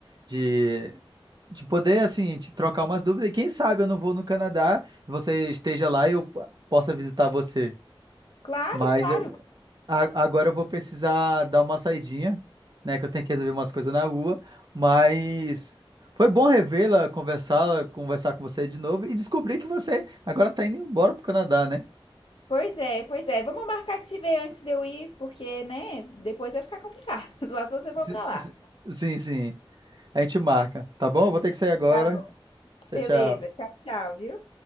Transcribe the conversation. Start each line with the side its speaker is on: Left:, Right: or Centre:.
Right: de, de poder, assim, te trocar umas dúvidas. E quem sabe eu não vou no Canadá, você esteja lá e eu possa visitar você.
Left: Claro,
Right: Mas
Left: claro.
Right: eu, a- agora eu vou precisar dar uma saidinha, né? Que eu tenho que resolver umas coisas na rua. Mas foi bom revê-la, conversá-la, conversar com você de novo e descobrir que você agora está indo embora para o Canadá, né?
Left: Pois é, pois é. Vamos marcar de se ver antes de eu ir, porque, né, depois vai ficar complicado, <laughs> só se você for
Right: Si-
Left: pra lá.
Right: si- Sim, sim. A gente marca, tá bom? Vou ter que sair agora.
Left: Tá bom.
Right: Tchau,
Left: Beleza.
Right: tchau.
Left: Tchau, tchau, viu.